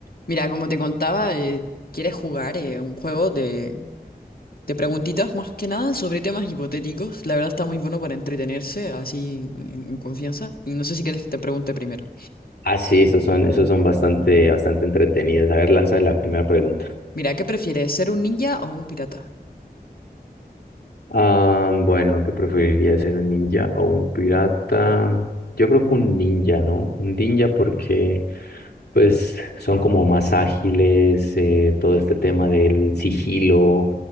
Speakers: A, on the left; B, on the left.
A: Mira, como te contaba, eh, quieres jugar eh, un juego de, de preguntitas más que nada sobre temas hipotéticos. La verdad está muy bueno para entretenerse así en, en- en confianza. Y no sé si quieres que te pregunte primero.
B: Ah, sí, esos son, esos son bastante, bastante entretenidos. A ver, lanza la primera pregunta.
A: Mira, ¿qué prefieres, ser un ninja o un pirata?
B: Ah, bueno, ¿qué preferiría ser un ninja o un pirata? Yo creo que un ninja, ¿no? Un ninja porque pues son como más ágiles, eh, todo este tema del sigilo,